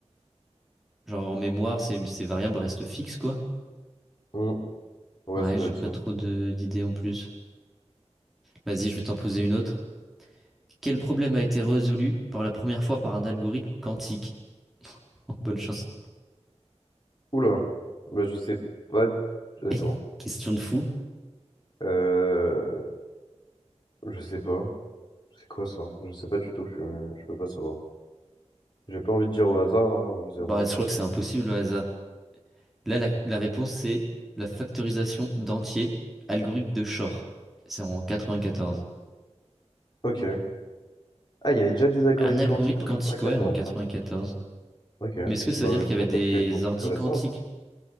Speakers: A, in the centre; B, on the left.
A: genre en mémoire, ces, ces variables restent fixes, quoi.
B: Hmm. Ouais,
A: Ouais,
B: ça doit
A: j'ai
B: être
A: pas
B: ça.
A: trop de- d'idées en plus. Vas-y, je vais t'en poser une autre. Quel problème a été résolu pour la première fois par un algorithme quantique? <laughs> Oh, bonne chance.
B: Oula, bah, je sais pas.
A: <laughs>
B: Attends,
A: Question de fou.
B: euh, je sais pas. C'est quoi ça? Je sais pas du tout. Je, suis- je peux pas savoir. J'ai pas envie de dire au hasard. hein, Je sais
A: Bah,
B: vraiment
A: je
B: pas.
A: crois que c'est impossible au hasard. Là, la, la réponse, c'est la factorisation d'entiers, algorithme de Shor. C'est en 94.
B: Ok. Ah, il y avait déjà des algorithmes
A: Un algorithme
B: quantiques en
A: quantique,
B: 94.
A: ouais, en quatre-vingt-quatorze.
B: hein. Ok.
A: Mais est-ce que ça
B: Bah,
A: veut dire qu'il
B: je
A: y avait
B: pensais
A: des
B: que c'était beaucoup
A: ordi
B: plus récent.
A: quantiques?